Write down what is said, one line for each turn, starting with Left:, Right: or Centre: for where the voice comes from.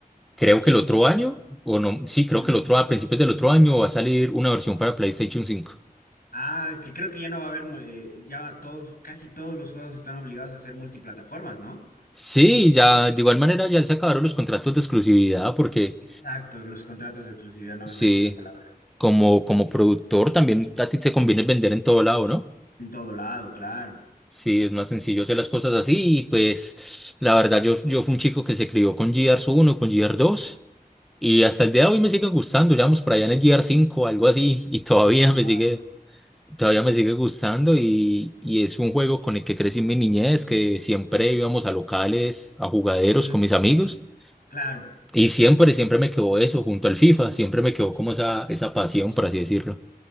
Centre: creo que el otro año, o no, sí, creo
Left: Mm.
Centre: que el otro, a principios del otro año va a salir una versión para PlayStation cinco
Left: Ah, es que creo que ya no va a haber, mu- eh, ya todos, casi todos los juegos están obligados a ser multiplataformas, ¿no?
Centre: Sí, ya de igual manera ya se acabaron los contratos de exclusividad porque
Left: Exacto, los contratos de exclusividad, no
Centre: sí,
Left: me salía esa palabra.
Centre: como, como productor también a ti te conviene vender en todo lado, ¿no?
Left: En todo lado, claro.
Centre: Sí, es más sencillo hacer las cosas así. Y pues, la verdad, yo, yo fui un chico que se crió con GR uno, con GR dos Y hasta el día de hoy me siguen gustando. Ya vamos por allá en el GR cinco, algo así. Y todavía
Left: Ah, wow.
Centre: me sigue, todavía me sigue gustando. Y, y es un juego con el que crecí en mi niñez, que siempre íbamos a locales, a jugaderos
Left: Mm,
Centre: con mis amigos.
Left: Claro.
Centre: Y siempre, siempre me quedó eso, junto al FIFA. Siempre me quedó como esa, esa pasión, por así decirlo.